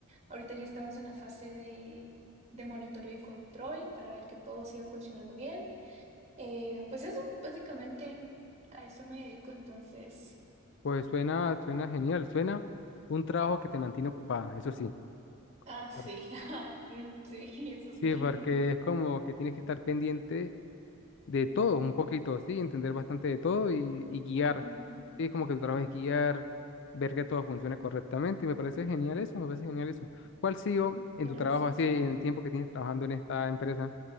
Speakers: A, on the right; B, on the left.
A: Ahorita ya estamos en la fase de, de monitoreo y control para ver que todo siga funcionando bien. Eh, pues eso, básicamente, a eso me dedico entonces.
B: pues suena, suena genial, suena un trabajo que te mantiene ocupada, eso sí.
A: Ah, sí,
B: Por-
A: <laughs> ah, Mm, sí, eso
B: Sí,
A: sí.
B: porque es como que tienes que estar pendiente de
A: Ujú,
B: todo, un poquito, ¿sí? Entender bastante de todo y, y guiar,
A: ujú.
B: ¿sí? Como que tu trabajo es guiar, ver que todo funcione correctamente y me parece genial eso, me parece genial eso. ¿Cuál ha sido en
A: Gracias.
B: tu trabajo, así, en el tiempo que tienes trabajando en esta empresa,